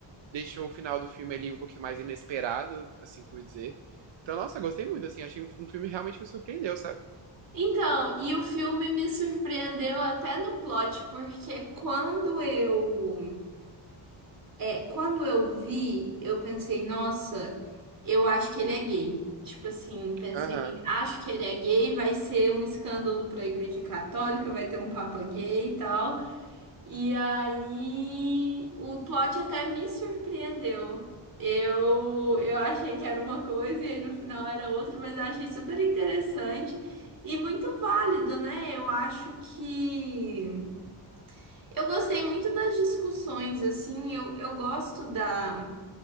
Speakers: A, on the right; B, on the right.
A: Deixou o final do filme ali um pouquinho mais inesperado, assim por dizer. Então, nossa, gostei muito, assim, achei um, um filme que realmente me surpreendeu, sabe?
B: Então, e o filme me surpreendeu até no plot, porque quando eu É, quando eu vi, eu pensei, nossa, eu acho que ele é gay. Tipo assim, pensei,
A: Aham.
B: acho que ele é gay, vai ser um escândalo para a Igreja Católica, vai ter um papa gay e tal. E aí, o plot até me surpreendeu. Eu, eu achei que era uma coisa e aí no final era outra, mas eu achei super interessante e muito válido, né? Eu acho que eu gostei muito das discussões, assim, eu, eu gosto da